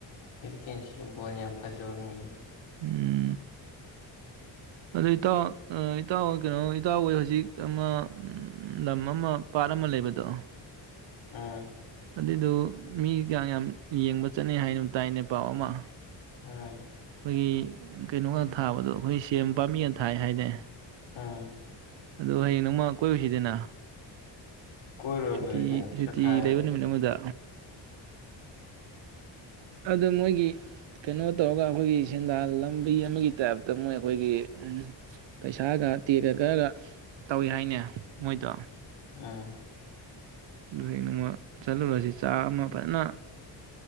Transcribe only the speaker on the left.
ꯍꯗꯤ ꯀꯁꯤꯁꯨ ꯕꯣꯅꯤ ꯌꯥꯝ ꯐꯖꯕ ꯃꯤ
ꯎꯝ
ꯎꯝ
ꯑꯝ
ꯀꯣꯏꯔꯨꯔ
ꯂꯣꯏꯔꯦ ꯀꯩꯅꯣ
ꯆꯠꯈꯥꯏꯔꯒ
ꯎꯝ